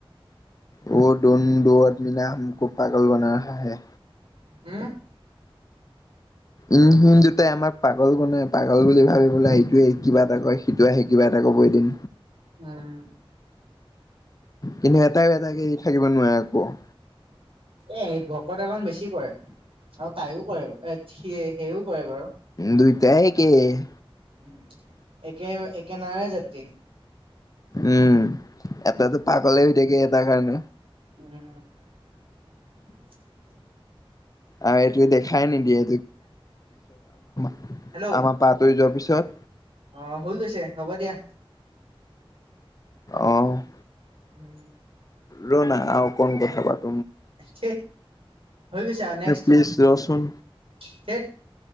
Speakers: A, on the left; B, on the right.
A: ৱৌ দন দৌৱাত মিলা হামকৌ পাগল বনা ৰাহা হে।
B: হম।
A: ই সি দুটাই আমাক পাগল বনাই পাগল বুলি ভাবি পেলাই সেইটোৱে কিবা এটা কয়, সিটোৱে আহি কিবা এটা কব এ দিম
B: উম।
A: কিন্তু এটাই এটাইে থাকিব নোৱাৰে আৌ। <inaudible>
B: এ ভকত এলমান বেছি কৰে আৰু তাইও কৰে। এ সিয় সেইও কৰে বাৰু।
A: দুইটাই একে
B: উম একে কেনাৰে যাে। <inaudible>
A: উম'। এটাতো পাগলে হৈ থাকে এটা অ' ন!
B: উম <unintelligible>
A: আৰু এইটোকে দেখাই নিদিয়ে। <unintelligible> <unintelligible>
B: হেল্ল',
A: আমাৰ পৰা আঁতৰি যোৱাৰ পিছত
B: অ', হৈ গৈছে, হ'ব দিয়া।
A: অ'।
B: উম।
A: ৰ'না আৰু অকন কথা পাত।
B: <unintelligible> হৈ গৈছা আৰু নেক্সটো,
A: এ প্লিজ ৰচোন
B: থেত।